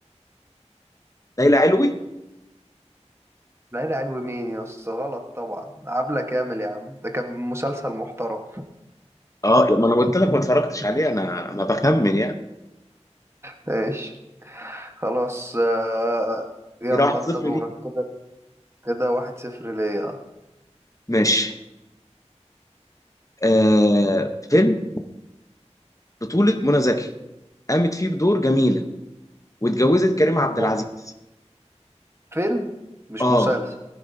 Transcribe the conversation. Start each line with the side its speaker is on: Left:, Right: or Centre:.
Left: ليلى علوي
Right: ليلى علوي مين يا اسطى غلط طبعا عبلة كامل يا عم ده كان مسلسل محترم
Left: اه ما انا قلت لك ما اتفرجتش عليه انا انا بخمن يعني
Right: ماشي خلاص آه، يلا
Left: كده 1-0
Right: انت دورك
Left: ليك
Right: كده كده واحد صفر ليا
Left: ماشي آه فيلم بطولة منى زكي قامت فيه بدور جميلة واتجوزت كريم عبد العزيز
Right: ها. فيلم مش
Left: اه
Right: مسلسل